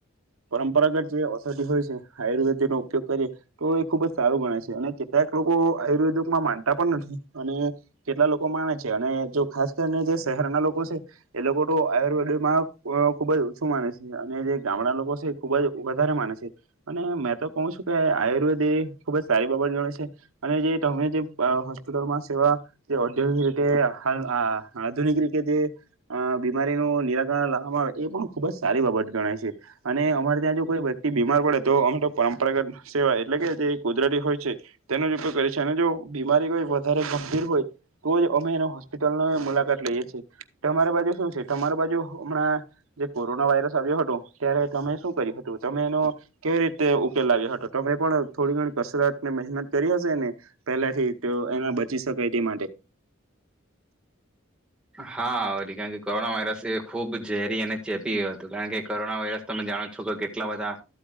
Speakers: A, on the right (about 85°); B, in the centre.
A: પરંપરાગત જે ઓષધિ હોય છે આયુર્વેદનો ઉપયોગ કરીએ તો એ ખુબ જ સારું ગણે છે અને કેટલાક લોકો આયુર્વેદમાં માનતા પણ નથી અને કેટલા લોકો માને છે અને જો ખાસ કરીને જે શહેરના લોકો છે એ લોકો તો આયુર્વેદમાં ખૂબ જ ઓછું માને છે અને જે ગામડા લોકો છે ખૂબ જ વધારે માને છે અને મેં તો કહું છું કે આયુર્વેદ એ ખૂબ જ સારી બાબત ગણાય છે અને જે તમે જે હોસ્પિટલમાં સેવા જે ઔદ્યોગિક રીતેાલ આધુનિક રીતે જે બીમારીનું નિરાકરણ લાવવામાં આવે એ પણ ખૂબ જ સારી બાબત ગણાય છે અને અમારે ત્યાં જો કોઈ વ્યક્તિ બીમાર પડે તો અમે તો પરંપરાગત સેવા એટલે કે જે કુદરતી હોય છે તેનો જ ઉપયોગ કરીએ છે અને જો બીમારી કોઈ વધારે ગંભીર હોય તો જ અમે એનો હોસ્પિટલની મુલાકાત લઈએ છીએ તમારી બાજુ શું છે તમારી બાજુ હમણાં જે કોરોના વાયરસ આવ્યો હતો ત્યારે તમે શું કર્યું હતું તમે એનો કેવી રીતે ઉકેલાવ્યો હતો તમે પણ થોડી ઘણી કસરત ને મહેનત કરી હશે ને પહેલા થી તો એના બચી શકાય તે માટે.
B: હા કારણ કે કોરોના વાયરસ એ ખૂબ ઝેરી અને ચેપી હતો કારણ કે કોરોના વાયરસ તમે જાણો છો કે કેટલા બધા